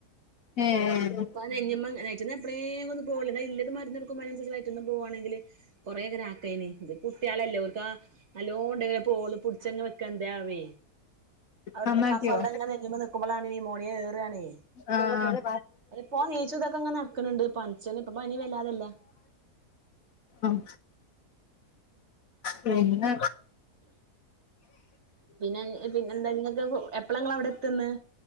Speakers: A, on the left; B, on the right.
A: ഏഹ്
B: അപ്പൊ <unintelligible> വയറ്റീന്ന് എപ്പോളേലും ഒന്നും പോവൂല്ല ഇല്ല മരുന്ന് എടുക്കുമ്പോൾ അതിനനുസരിച്ച് വയറ്റീന്നും പോവാണെങ്കില് കുറേ നേരം ആക്കേന് കുട്ടികളല്ലേ ഓർക്കാ നല്ലോണം ഉണ്ടെങ്കിലെ പോവൂള് പിടിച്ചങ്ങ് വെക്ക ഉണ്ടാവുവേ അ
A: നന്നാക്കിയോ
B: കഫം അവിടെ അങ്ങനെ നിക്കുമ്പോളാണ് നിമോണിയ കേറുവാണേ
A: ആഹ്
B: ഓനിപ്പോ എണീച്ചു ഇതൊക്കെ ഇങ്ങനെ നടക്കുന്നുണ്ട് പനിച്ച് ഇപ്പോ പനി വല്ലാതില്ല
A: ഉം പിന്നേ
B: പിന്നെ പിന്നെന്താ ഇങ്ങക്ക് എപ്പളാ ഇങ്ങള് അവിടെ എത്ത്ന്ന്